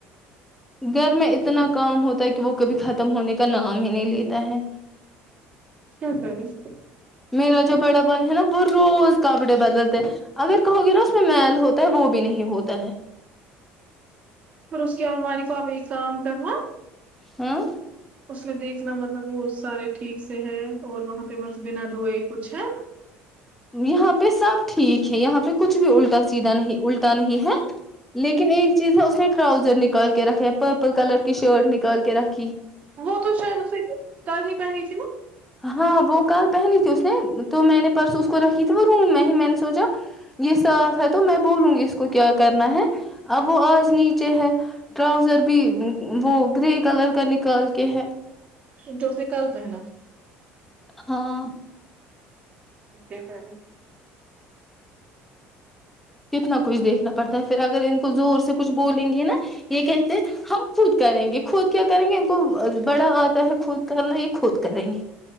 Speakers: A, in the centre; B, on the right (about 25°).
A: گھر میں اتنا کام ہوتا ہے کہ وہ کبھی خت ختم ہونے کا نام ہی نہیں لیتا ہے
B: کرس سے
A: میرا جو بڑا بھائی ہے نا وہ روز کپڑے بدلتے ہیں اگر کہو گے نا اس میں میل ہوتا ہے وہ بھی نہیں ہوتا ہے
B: شسک ال و علیکم اب کام کرناا
A: ہاں
B: اس نے دیکھنا مطلب وہ سارے ٹھیک سے ہیں اور وہاں پہ مس بین دو یہ کچھ ہے
A: یہاں پہ سب ٹھیک ہے یہاں پہ کچھ بھی الٹا سیدھا نہیں الٹا نہیں ہے لیکن ایک چیز ہے اس نے ٹراؤزر نکال کے رکھے پرپل کلر کی شرٹ نکال کے رکھ
B: وہ تو شاید اس کر ہی پہنی ج
A: ہاں وہ کال پہنی تھی اس نے تو میں نے پرس اس کو رکھی تھی وہ روم میں ہی میں نے سوچا یہ صاف ہے تو میں بولوں گی اس کو کیا کرنا ہے اب وہ آج نیچے ہے ٹراؤزر بھی وہ گرے کلر کا نکال کے ہے
B: جو اس نے کل پہنا
A: ہاں
B: ا خ
A: کتنا کچھ دیکھنا پڑتا ہے پھر اگر ان کو زور سے کچھ بولیں گے نا یہ کہتے ہیں ہم خود کریں گے خود کیا کریں گے ان کو بڑا آتا ہے خود کرنا یہ خود کریں گے